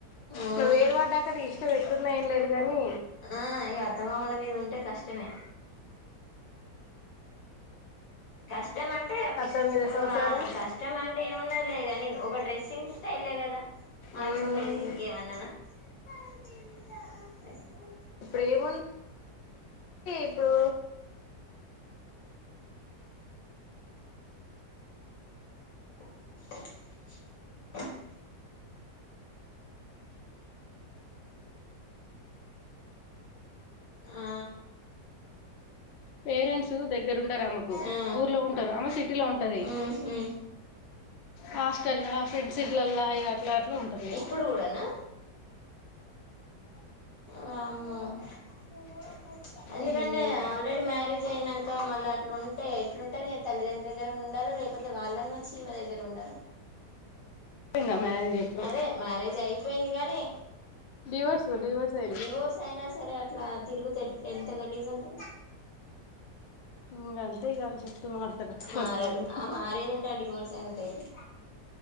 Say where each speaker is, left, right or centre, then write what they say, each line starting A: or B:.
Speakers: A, on the left; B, on the left.
A: అవును
B: నువ్వు వేరు పడ్డాక తీయ్ నువేట్లున్న ఏం లేదు గని
A: ఆ ఇగ అత్తమామల మీద ఉంటే కష్టమే కష్ట్ కష్టం అంటే
B: అత్త
A: చ్
B: మీద సంసారం
A: ఆ కష్టం అంటే ఏమున్నది లేదు గని ఒక డ్రెస్సింగ్ స్టలే కదా మార్చుకునేది
B: ఉమ్
A: ఇంకేమన్నానా <unintelligible>
B: ఇప్పుడు ఏముంది ఇప్పుడు
A: <unintelligible> ఆ
B: పేరెంట్స్ దగ్ దగ్గరుండరు ఆమెకు
A: ఆ
B: ఊర్లో ఉంటారు ఆమె సిటీలో ఉంటది.
A: ఉహు
B: హాస్టల్ లాఫింద్ సిర్లల్లా ఈగ అట్లా అట్లా ఉంటది ఇగా
A: ఇప్పుడు కూడానా వామ్మో <unintelligible> ఎందుకంటే
B: ఉమ్
A: ఆల్రెడీ మ్యారేజ్ అయినా ఇంకా మళ్ళీ అట్లు ఉంటే ఎట్లుంటంది ఆ తల్లిదండ్రు దగ్గర ఉండాలి లేకపోతే వాళ్ళని వచ్చి ఈమె దగ్గర ఉండాలి
B: నా మ్యారేజ్ ఎప్పుడు
A: అదే మ్యారేజ్ అయిపోయింది గానీ
B: డివోర్స్ డివోర్స్ అయినా
A: డివోర్స్ అయినా సరే అట్లా తిరుగుతే ఎంత గలీజ్ ఉంటది
B: ఇంకా అంతే గా చెప్ మర్తార కొంత
A: మారరు
B: మంది
A: ఆ మారేది ఉంటే ఆ డివోర్స్ ఎందుకైతే